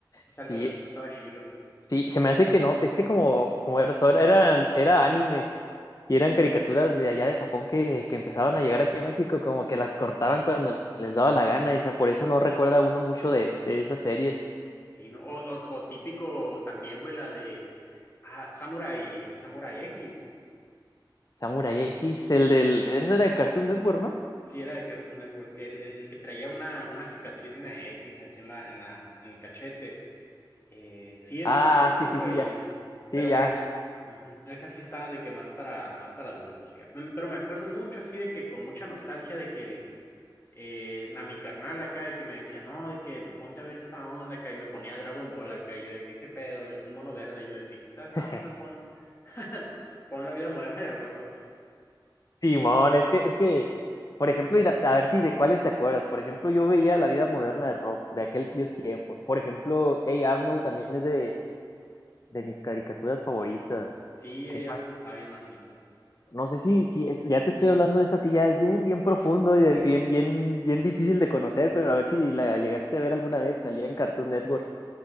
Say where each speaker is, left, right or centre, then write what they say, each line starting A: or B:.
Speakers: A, on the left; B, on the left.
A: O sea,
B: sí,
A: el concepto estaba chilo.
B: Sí, se me hace que no, es que como, como era, todo era, eran- era anime y eran caricaturas de allá de Japón que, que empezaban a llegar aquí a México, como que las cortaban cuando les daba la gana, y o sea, por eso no recuerda uno mucho de, de esas series.
A: Sí, ¿no? O, o- o típico también, güey, la de ah, Samurai, Samurai X.
B: Samurai X, el del, ese era de Cartoon Network, ¿no?
A: Sí, era de Cartoon Network. El, el que traía una, una cicatriz de una X aquí en la, en la, en el cachete. Eh, sí, esa,
B: Ah,
A: por ejemplo,
B: sí,
A: también
B: sí,
A: la
B: sí,
A: veía.
B: ya, sí,
A: Pero
B: ya,
A: pues,
B: ya.
A: ujú, esa sí estaba de que más para, más para adultos. oiga. Mm, Pero me acuerdo mucho así de que con mucha nostalgia de que el, eh, a mi carnal acá de que me decía, no, de que ponte a ver esta onda acá y me ponía Dragon Ball acá. Y yo de que, ¿qué pedo? De que un mono verde. Y yo de que quita esa
B: <laughs>
A: onda, pon, <laughs> pon la vida moderna de Rocco.
B: Simón, es que, es que, por ejemplo, ir a, a ver si de cuáles te acuerdas. Por ejemplo, yo veía La vida moderna de Rock, de aquellos tiempos. Por ejemplo, Hey Arnold también es de, de mis caricaturas favoritas.
A: Sí,
B: ¿Qué
A: eh,
B: más?
A: Arnold estaba bien maciza.
B: No sé si, si esto- ya te estoy hablando de esta, sí, ya es bien, bien profundo y de- bien, bien, bien difícil de conocer, pero a ver si la llegaste a ver alguna vez, salía en Cartoon Network.